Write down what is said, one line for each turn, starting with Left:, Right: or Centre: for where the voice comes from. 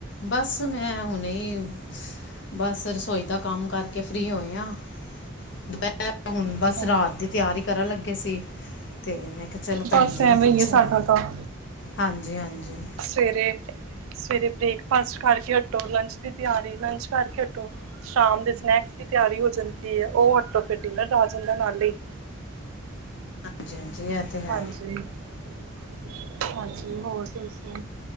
Left: ਬਸ ਮੈਂ ਹੁਨੇ ਬਸ ਰਸੋਈ ਦਾ ਕੰਮ ਕਰਕੇ ਫ੍ਰਰੀ ਹੋਏ ਆ ਦੁਪੇਹਰ ਹੁਨ
Right: ਅੱਛਾ
Left: ਬਸ ਰਾਤ ਦੀ ਤਿਆਰੀ ਕਰਨ ਲੱਗੇ ਸੀ। ਤੇ ਮੈਂ ਕੇਆ ਚਲੋ ਪੈਣ
Right: ਬਸ
Left: ਜੀ ਨੂੰ
Right: ਐਵੇਂ
Left: ਪੁੱਛੋ
Right: ਹੀ ਹੈ ਸਾਡਾ ਤਾਂ
Left: ਹਾਂਜੀ-ਹਾਂਜੀ।
Right: ਸਵੇਰੇ-ਸਵੇਰੇ ਬ੍ਰੇਕਫਾਸਟ ਕਰਕੇ ਹਟੋ, ਲੰਚ ਦੀ ਤਿਆਰੀ ਲੰਚ ਕਰਕੇ ਹਟੋ ਸ਼ਾਮ ਦੇ ਸਨੈਕਸ ਦੀ ਤਿਆਰੀ ਹੋ ਜਾਂਦੀ ਏ ਓ ਹਟੋ ਫੇਰ ਡਿਨਰ ਆ ਜਾਂਦਾ ਨਾਲੇ ਈ।
Left: ਹਾਂਜੀ, ਹਾਂਜੀ ਐ ਤੇ ਹੈ
Right: ਹਾਂਜੀ-ਹਾਂਜੀ ਹੋਰ ਦੱਸੋ।